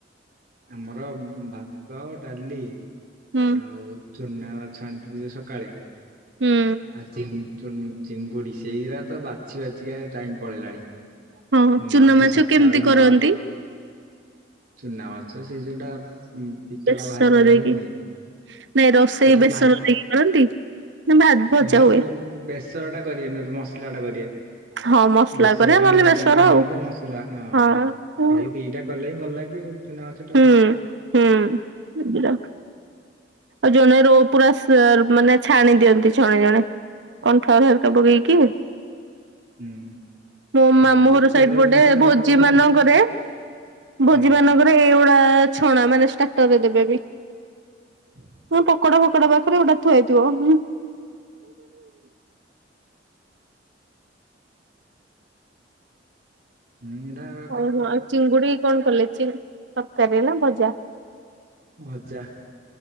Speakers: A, on the right (about 50°); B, on the right (about 70°).
A: ଆମର ଭାତ ଡାଲି
B: ହୁଁ।
A: ଆଉ ଚୁନା ମାଛ ଆଣିଥିଲି ସକାଳେ
B: ହୁଁ
A: ଆଜି ଚିଙ୍ଗୁଡି ସେଇଗାରା ତ ବାଛି ବାଛିକା ଟାଇମ ପଳେଇଲାଣି।
B: ହଁ
A: ମୋ
B: ଚୁନା
A: ମାଉସୀ
B: ମାଛ
A: ସକାଳୁ
B: କେମିତି କରନ୍ତି?
A: ନରୁ ଚୁନା ମାଛ ସେଇ ଯୋଉଟା ପିତଳା
B: ବେସର
A: ବାହାରି କରା
B: ଦେଇକି
A: ହୁଏନି
B: ନାଇଁ ରୋଷେଇ
A: ସେଟା
B: ବେସର
A: ଭା
B: ଦେଇକି କରନ୍ତି? ନା ଭାତ ଭଜା
A: ହଁ
B: ହୁଏ
A: ସେ ବେସର ଟା କରିବେନ ମସଲା ଟା କରିବେ।
B: ହଁ ମସଲା
A: ବେସର
B: କରେ ନହେଲେ
A: ଟା ମଉସା
B: ବେସର
A: ଖାଉନାହାନ୍ତି ତ ମସଲା ହଁ।
B: ଆଉ ହଁ।
A: ସେଇ ଦିଟା କଲେ ହିଁ ଭଲ ଲାଗେ ଆଉ ଚୁନା ମାଛ ଟା ଆଉ।
B: ହୁଁ ହୁଁ <unintelligible> ଆଉ ଜଣେ ରୋ ପୁରା ମାନେ ଛାଣି ଦିଅନ୍ତି ଜଣେ ଜଣେ। କର୍ନଫ୍ଲର୍ ହେରିକା ପକେଇକି।
A: ହୁଁ।
B: ମୋ ମାମୁଁ
A: ଯିଏ
B: ଘର
A: ତେଲ
B: ସାଇଡ ପଟେ
A: ଜିନିଷ ଯାହାକୁ
B: ଭୋଜି
A: ଭଲ
B: ମାନଙ୍କରେ ଭୋଜି
A: ଆଜ୍ଞା
B: ମାନଙ୍କରେ ଏଇଗୁଡ଼ା ଛଣା ମାନେ ଷ୍ଟାଟସ୍ ଦେବେ ବି।
A: <inaudible>
B: ହଁ ପକୋଡ଼ା ଫକୋଡ଼ା ପାଖରୁ
A: ହୁଁ ହେଟା
B: ଓ ହୋ ଚିଙ୍ଗୁଡ଼ି କଣ କଲେ ତରକାରୀ ରେ ନା ଭଜା?
A: ଭଜା